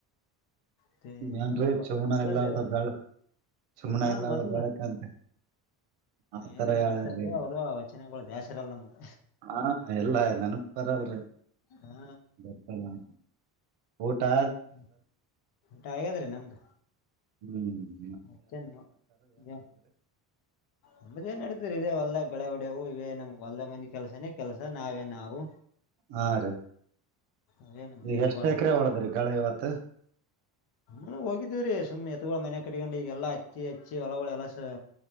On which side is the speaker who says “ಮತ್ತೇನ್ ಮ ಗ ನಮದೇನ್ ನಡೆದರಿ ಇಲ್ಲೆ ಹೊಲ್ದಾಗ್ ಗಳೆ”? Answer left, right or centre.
Left